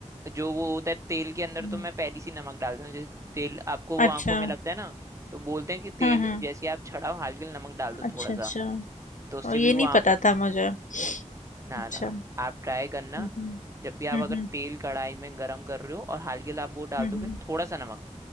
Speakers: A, on the right (about 25°); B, on the left (about 85°).
A: जो वो होता है तेल के अंदर
B: हम्म,
A: तो मैं पहली सी नमक डालती हूँ जैसे तेल आपको वो
B: अच्छा
A: आंखों में लगता है ना तो बोलते हैं कि तेल
B: हम्म हम्म
A: जैसे ही आप छड़ाओ हल्के से नमक डाल दो
B: अच्छा
A: थोड़ा सा
B: अच्छा
A: तो उससे
B: और ये
A: भी वो
B: नहीं
A: आंखों
B: पता था मुझे
A: ना
B: अच्छा
A: ना आप ट्राई करना
B: हम्म हम्म
A: जब भी आप अगर
B: हम्म
A: तेल कढ़ाई में गर्म कर रहे हो और हल्के से आप वो डाल
B: हम्म
A: दोगे थोड़ा सा नमक